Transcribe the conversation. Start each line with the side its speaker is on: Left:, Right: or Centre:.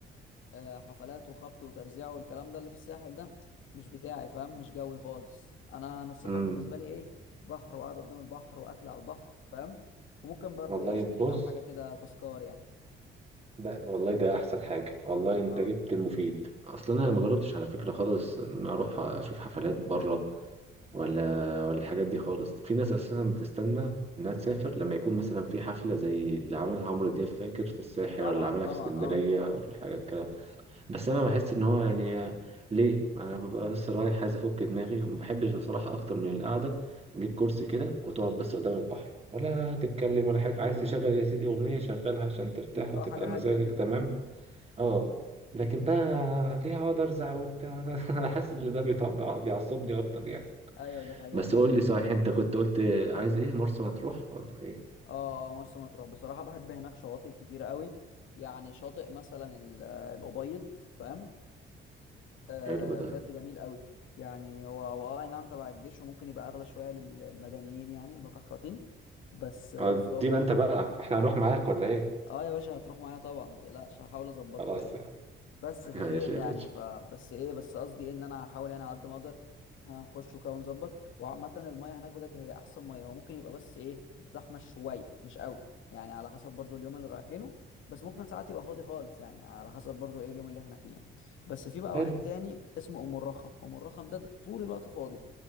Left: آه، حفلات وخبط وترزيع والكلام ده اللي في الساحل ده مش بتاعي فاهم مش جوي خالص انا انا السفر
Right: امم
Left: بالنسبه لي ايه بحر وقعد قدام البحر واكل على البحر فاهم وممكن برضو
Right: والله
Left: ايه اشتري
Right: بص
Left: كام حاجه كده تذكار يعني
Right: ده والله ده احسن حاجه والله انت
Left: اه
Right: جبت المفيد اصلا انا ما جربتش على فكره خالص ان أنا اروح اشوف حفلات بره ولا ولا الحاجات دي خالص في ناس اساسا بتستنى انها تسافر لما يكون مثلا في حفله زي اللي عملها عمرو دياب فاكر في الساحل
Left: طبعا
Right: ولا عملها
Left: طبعا
Right: في اسكندريه
Left: اه
Right: ولا الحاجات كده بس انا بحس ان هو يعني ليه انا ببقى بس رايح عايز افك دماغي وما بحبش بصراحه اكتر من القعده نجيب كرسي كده وتقعد بس قدام البحر ولا تتكلم ولا حاجه عايز تشغل يا سيدي اغنيه شغلها عشان ترتاح
Left: اه
Right: وتبقى
Left: حاجه
Right: مزاجك
Left: هاديه كده
Right: تمام اه لكن بقى ليه اقعد ارزع وبتاع <laughs> انا حاسس ان ده بيطبع بيعصبني اكتر يعني
Left: ايوه دي حقيقه
Right: بس
Left: فعلا
Right: قول لي صحيح انت كنت قلت عايز ايه مرسى مطروح ولا ايه
Left: اه اه مرسى مطروح بصراحه بحب هناك شواطئ كتير قوي يعني شاطئ مثلا ال- آه، الابيض فاهم آه
Right: حلو ده
Left: بجد جميل قوي يعني هو هو اه أي نعم تبع الجيش وممكن يبقى اغلى شويه لل- للمدنيين يعني المكحرتين بس
Right: <laughs>
Left: آه
Right: ادينا
Left: بس هو بجد
Right: انت بقى احنا هنروح معاك ولا ايه
Left: اه يا باشا هتروح معايا طبعا ما تقلقش هحاول اظبطكوا
Right: خلاص
Left: يعني
Right: يعني
Left: بس فخير
Right: ماشي
Left: يعني
Right: يا باشا
Left: فبس ايه بس قصدي إيه ان انا هحاول انا على قد ما اقدر احنا نخش وكده ونظبط وعامة المية هناك بجد هي احسن مية هو ممكن يبقى بس ايه الزحمة شوية مش قوي يعني على حسب برضو اليوم اللي رايحينه بس ممكن ساعات يبقى فاضي خالص يعني على حسب برضو ايه اليوم اللي احنا فيه يعني. بس في بقى
Right: حلو
Left: واحد تاني اسمه ام الرخم ام الرخم ده, ده طول الوقت فاضي